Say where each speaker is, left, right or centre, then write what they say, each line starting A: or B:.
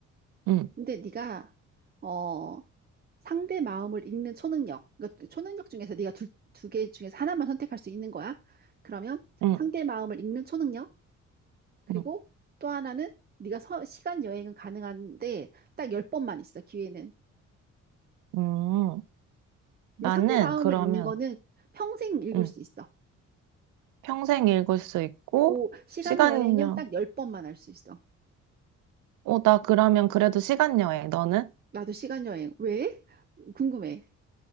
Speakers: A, on the right (about 85°); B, on the right (about 30°).
A: 응,
B: 근데 네가 어, 상대 마음을 읽는 초능력. 그러니까 초능력 중에서 네가 두, 두 개 중에서 하나만 선택할 수 있는 거야. 그러면
A: 응,
B: 상대 마음을 읽는 초능력? 그리고
A: 응,
B: 또 하나는 네가 서- 시간 여행은 가능한데 딱 열번만 있어, 기회는.
A: 응. 나는
B: 근데 상대 마음을
A: 그러면,
B: 읽는 거는 평생 읽을
A: 응,
B: 수 있어.
A: 평생 읽을 수 있고,
B: 고 시간
A: 시간여.
B: 여행은 딱 열번만 할 수 있어.
A: 어, 나 그러면 그래도 시간여행. 너는?
B: 나도 시간 여행. 왜? 궁금해.